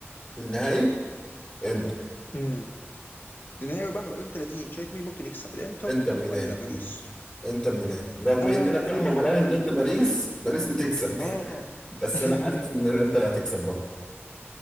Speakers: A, on the left; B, on the left.
A: في النهائي انتر
B: امم نهائي بقى هيبقى يوم 30 شايف مين ممكن يكسب الانتر
A: انتر ميلان
B: ولا باريس
A: انتر ميلان رغم
B: اه
A: ان انا كل ما براهن ضد باريس باريس بتكسب
B: اه
A: <laughs> بس
B: <laughs>
A: انا حاسس ان الانتر هتكسب برضه